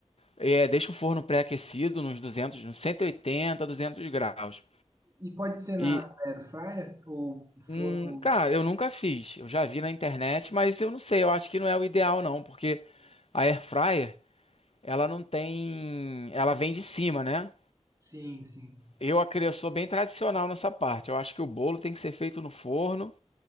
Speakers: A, on the left; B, on the right.
A: É, deixa o forno pré-aquecido nos 200, nos 180 200 graus.
B: E pode ser na
A: E,
B: air fryer ou
A: hum,
B: forno?
A: cara, eu nunca fiz. Eu já vi na internet, mas eu não sei. Eu acho que não é o ideal, não, porque a air fryer, ela não tem. Ela vem de cima, né?
B: Sim, sim.
A: Eu, acre- eu sou bem tradicional nessa parte. Eu acho que o bolo tem que ser feito no forno.